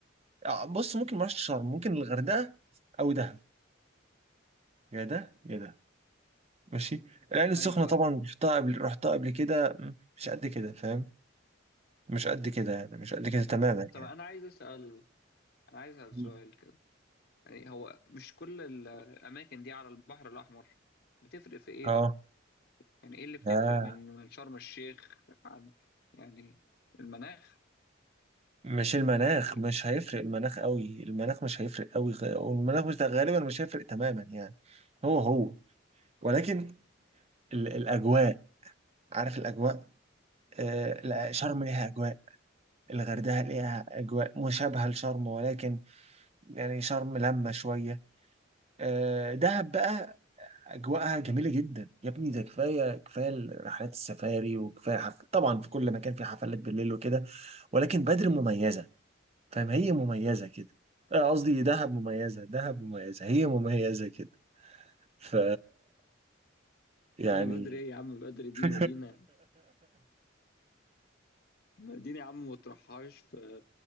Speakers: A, on the right; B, on the left.
A: آه، بص ممكن ما اروحش شرم ممكن الغردقة او دهب يا ده يا ده ماشي العين السخنة
B: ايوه
A: طبعا
B: ايوه
A: رحتها قبل رحتها قبل كده م، مش قد كده فاهم مش قد كده يعني مش قد كده تماما
B: طب طب
A: يعني
B: انا عايز اسال انا عايز اسال
A: مم.
B: سؤال كده يعني هو مش كل الاماكن دي على البحر الاحمر بتفرق في ايه
A: اه
B: بقى يعني ايه اللي بتفرق
A: اه
B: من من شرم الشيخ عن يعني المناخ
A: مش المناخ
B: ولا-
A: مش هيفرق المناخ قوي المناخ مش هيفرق قوي غ- والمناخ مش غالبا مش هيفرق تماما يعني هو هو ولكن ال- الأجواء عارف الأجواء آه لا، شرم ليها أجواء الغردقة ليها أجواء مشابهة لشرم ولكن يعني شرم لما شوية آه دهب بقى اجواءها جميله جدا يا ابني ده كفايه كفايه رحلات السفاري وكفايه حف... طبعا في كل مكان في حفلات بالليل وكده ولكن بدر مميزه فاهم هي مميزه كده آه، قصدي دهب مميزه دهب مميزه هي مميزه كده ف يعني
B: يا عم بدر ايه يا عم بدر دي
A: <laughs>
B: مدينة مدينة يا عم ما تروحهاش في,